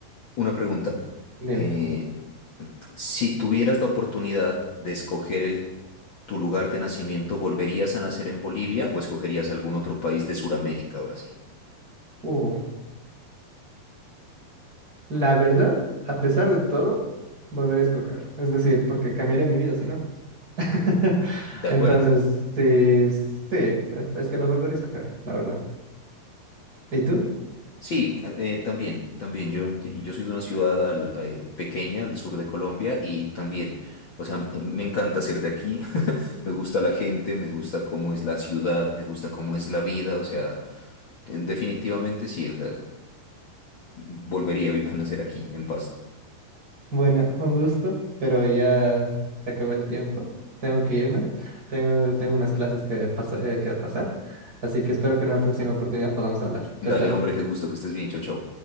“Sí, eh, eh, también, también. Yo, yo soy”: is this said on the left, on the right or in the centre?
Left